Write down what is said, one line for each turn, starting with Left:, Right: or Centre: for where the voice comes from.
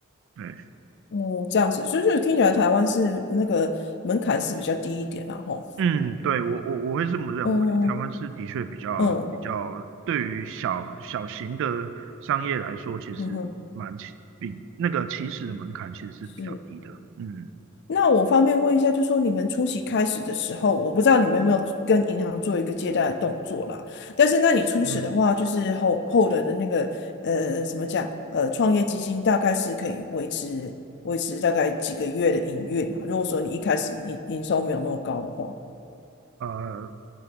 Right: 对。
Left: 哦，这样子，就是听起来台湾是那个门槛是比较低一点然后
Right: 嗯，对，我我我会这么认为，
Left: 哦，
Right: 台湾是的确比较比较对于小小型的商业来说，
Left: 嗯
Right: 其实蛮起比那个起始的门槛其实是比较低的。
Left: 嗯哼，是。
Right: 嗯
Left: 那我方便问一下，就说你们初期开始的时候，我不知道你们有没有跟银行做一个借贷的动作啦。但是，那你初始的话，
Right: 嗯，
Left: 就是后后的的那个呃，怎么讲？呃，创业基金大概是可以维持维持大概几个月的营运啊。如果说你一开始营营收没有那么高的话，
Right: 呃，